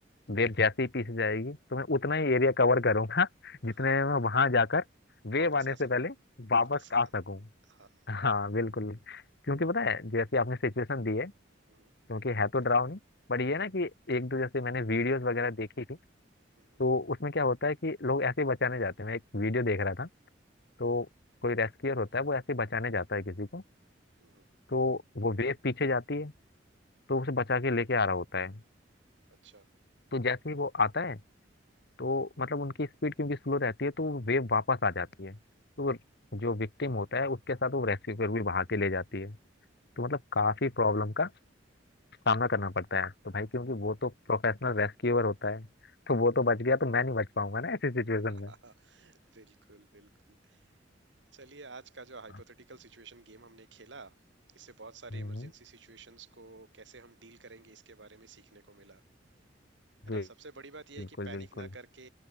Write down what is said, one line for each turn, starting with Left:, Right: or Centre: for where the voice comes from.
Left: वेव जैसे ही पीछे जाएगी तो मैं उतना ही एरिया कवर करूंगा जितने
Right: हाँ हाँ,
Left: में
Right: हाँ,
Left: मैं वहां जाकर वेव
Right: वापस
Left: आने
Right: आ
Left: से
Right: सकूं
Left: पहले वापस
Right: वापस
Left: आ
Right: आ
Left: सकूं
Right: हाँ
Left: हाँ बिल्कुल क्योंकि पता है जैसे आपने सिचुएशन दी है
Right: हम्म,
Left: क्योंकि है तो डरावनी बट ये ना कि एक दो जैसे मैंने वीडियोस वगैरह देखी थी
Right: हम्म,
Left: तो उसमें क्या होता है कि लोग ऐसे ही बचाने जाते हैं मैं एक वीडियो देख रहा था तो कोई रेस्क्यूअर होता है वो ऐसे ही बचाने जाता है किसी को
Right: हम्म, हम्म,
Left: तो वो वेव पीछे जाती है तो उसे बचा के लेके आ रहा होता है
Right: अच्छा
Left: तो जैसे ही वो आता है तो मतलब उनकी स्पीड क्योंकि स्लो रहती है तो वो वेव वापस आ जाती है तो जो विक्टिम होता है उसके साथ वो रेस्क्यू भी बहा के ले जाती है तो मतलब काफी प्रॉब्लम का सामना करना पड़ता है तो भाई क्योंकि वो तो प्रोफेशनल रेस्क्यूअर होता है तो वो तो बच गया तो मैं नहीं बच पाऊंगा ना ऐसी सिचुएशन
Right: <laughs>
Left: में
Right: बिल्कुल बिल्कुल चलिए आज का जो हाइपोथेटिकल
Left: हाँ,
Right: सिचुएशन गेम हमने खेला इससे बहुत सारे
Left: हम्म
Right: इमरजेंसी सिचुएशंस को कैसे हम डील करेंगे इसके बारे में सीखने को मिला है ना
Left: बिल-
Right: सबसे बड़ी बात यह
Left: बिल्कुल
Right: है कि पैनिक
Left: बिल्कुल
Right: ना करके